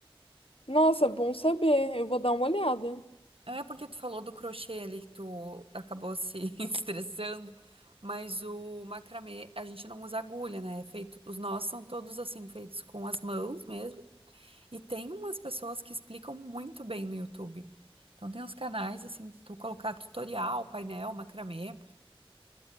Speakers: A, on the left; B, on the right.
A: Nossa, bom saber, eu vou dar uma olhada.
B: É porque tu falou do crochê ali que tu acabou se <laughs> estressando, mas o macramê a gente não usa agulha, né? É feito, os nós são todos assim feitos com as mãos mesmo. E tem umas pessoas que explicam muito bem no YouTube. Então tem uns canais assim, se tu colocar tutorial, painel, macramê.